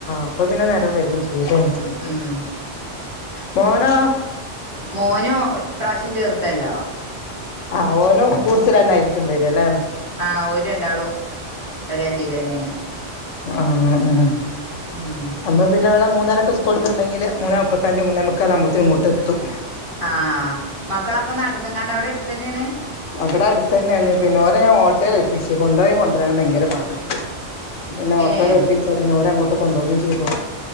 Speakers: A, on the left (about 85°); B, on the right (about 30°).
A: അപ്പൊ പിന്നെ നേരം വൈകും ചെയ്യതേ
B: ഉം ഉം
A: മോനാ
B: മോനും ഇപ്രാവശ്യം ചേർത്തല്ലോ
A: ആഹ് ഓനും കൂടുച്ചൽ തന്നായിരിക്കും വരു അല്ലെ
B: ആഹ് ഓര് രണ്ടാളും ഒരേതിലെന്നെയാണ്
A: ആഹ് ഉം
B: ഉം
A: നമ്മൾ പിന്നെവളെ മൂന്നരക്ക് സ്കൂള്ട്ടിട്ടണ്ടങ്കില് മൂന്നേ മുപ്പത്തഞ്ച് മൂന്നേ മുക്കാലാവുമ്പോത്തിന് ഇങ്ങട്ട് എത്തും
B: ആഹ് മക്കള അപ്പൊ നടന്ന്ങ്ങാണ്ട് അവിടെ അടുത്തു തന്നെയാണ്
A: ഇവിടെ അടുത്ത് തന്നെയാണ് പിന്നെ ഓരെ ഞാൻ ഓട്ടോയിൽ ഏൽപ്പിച്ച് കൊണ്ട്പോയും കൊണ്ടുവരാനും ഭയങ്കര പാട് പിന്നെ ഓട്ടോലേൽപ്പിച്ചാ
B: ഏഹ്
A: പിന്നെ ഓരങ്ങോട്ട് കൊണ്ടുപോകും ചെയ്തു